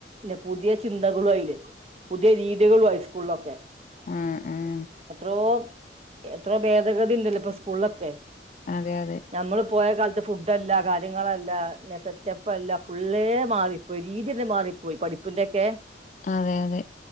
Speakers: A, on the right (about 35°); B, on the left (about 45°).
A: ന്നെ പുതിയ ചിന്തകളും ആയിലേ പുതിയ രീതികളും ആയി സ് ക്കൂള്ളൊക്കെ
B: ഉം ഉം
A: എത്രോ എത്രേ ഭേദഗതി ഇണ്ടല്ലോ ഇപ്പൊ സ്കൂളിലൊക്കെ.
B: അതെ അതെ
A: നമ്മള് പോയ കാല ത് ഫുഡല്ല, കാര്യങ്ങളല്ല, സെറ്റപ്പ് അല്ല, ഫുള്ളേ, മാറിപ്പോയി, രീതി തന്നെ മാറിപ്പോയി. പഠിപ്പിന്റെയൊക്കെ
B: അതെ അതെ